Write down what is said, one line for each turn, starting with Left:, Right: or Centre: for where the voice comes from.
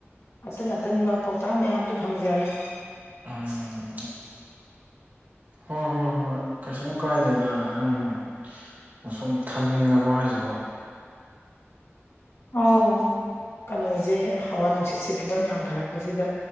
Left: ꯑꯇꯟ ꯑꯇꯟꯕ ꯄꯥꯎꯇꯥꯛ ꯃꯌꯥꯝꯁꯨ ꯐꯪꯖꯔꯦ <inaudible> <unintelligible>
Right: ꯎꯝ ꯍꯣꯏ ꯍꯣꯏ ꯍꯣꯏ꯫ ꯀꯩꯁꯨꯝ ꯀꯥꯏꯗꯗ ꯅꯪ ꯑꯁꯨꯝ ꯊꯝꯅꯤꯡꯉꯕ ꯍꯥꯏꯁꯤꯕꯣ
Left: ꯑꯥꯎ ꯀꯩꯅꯣꯁꯦ ꯍꯋꯥ ꯅꯨꯡꯁꯤꯠꯁꯦ ꯐꯤꯕꯝ ꯌꯥꯝ ꯐꯔꯛꯄꯁꯤꯗ